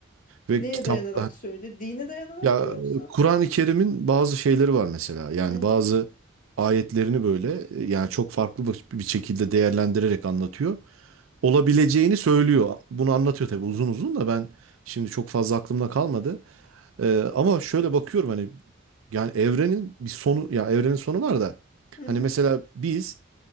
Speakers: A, on the right; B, on the left.
A: Ve
B: Neye
A: kitap
B: dayanarak söylüyor? Dine dayanarak
A: Ya
B: mı yoksa?
A: Kur'an-ı Kerim'in bazı şeyleri var mesela. Yani
B: Hı hı
A: bazı ayetlerini böyle e, yani çok farklı bir bir şekilde değerlendirerek anlatıyor. Olabileceğini söylüyor. Bunu anlatıyor tabii uzun uzun da ben şimdi çok fazla aklımda kalmadı. Ee, ama şöyle bakıyorum hani yani evrenin bir sonu ya evrenin sonu var da
B: hı
A: hani
B: hı.
A: mesela biz